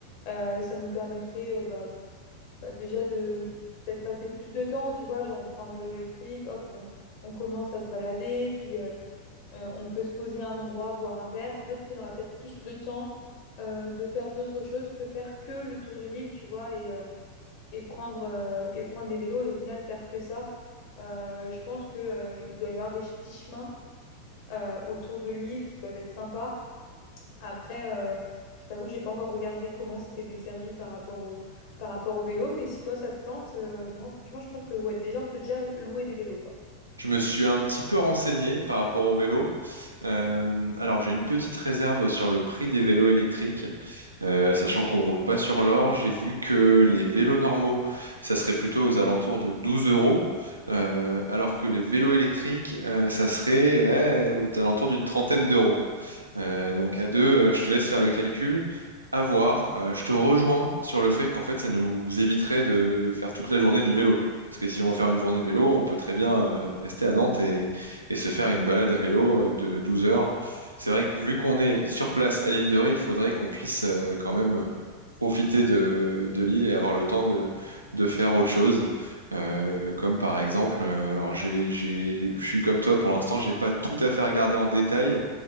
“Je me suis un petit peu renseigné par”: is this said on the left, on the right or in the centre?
Right